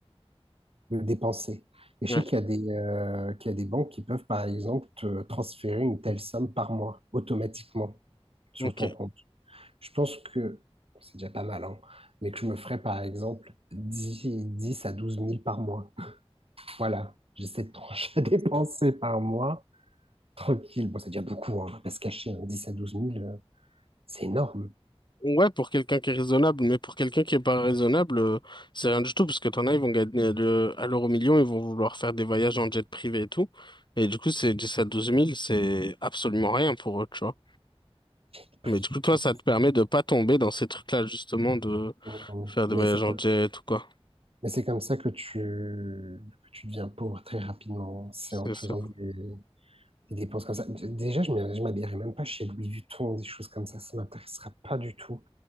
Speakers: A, on the right; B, on the left.
A: le dépenser. Et je
B: Ouais.
A: sais qu'il y a des, euh, qu'il y a des banques qui peuvent, par exemple, te transférer une telle somme par mois automatiquement sur
B: Ok.
A: ton compte. Je pense que c'est déjà pas mal, hein, mais que je me ferais, par exemple, dix dix à douze mille par mois. Voilà, j'ai cette tranche à <laughs> dépenser par mois. Tranquille. Bon, c'est déjà beaucoup, hein, on va pas se cacher, hein, 10 à douze mille euh, c'est énorme.
B: Ouais, pour quelqu'un qui est raisonnable, mais pour quelqu'un qui est pas raisonnable, euh, c'est rien du tout, parce que t'en as, ils vont gagner à le- à l'euro million, ils vont vouloir faire des voyages en jet privé et tout. Et du coup, c'est 10 à 12 000, c'est absolument rien pour eux, tu vois.
A: Le prix
B: Mais du coup, toi,
A: du
B: ça te permet de pas tomber dans ces trucs-là, justement, de
A: kilo.
B: faire des
A: Mais
B: voyages
A: c'est
B: en
A: comme,
B: jet ou quoi.
A: mais c'est comme ça que tu, que tu deviens pauvre très rapidement. C'est
B: C'est
A: en faisant
B: ça.
A: des, des dépenses comme ça. D- Déjà, je ne m'habillerai même pas chez Louis Vuitton, des choses comme ça. Ça m'intéressera pas du tout.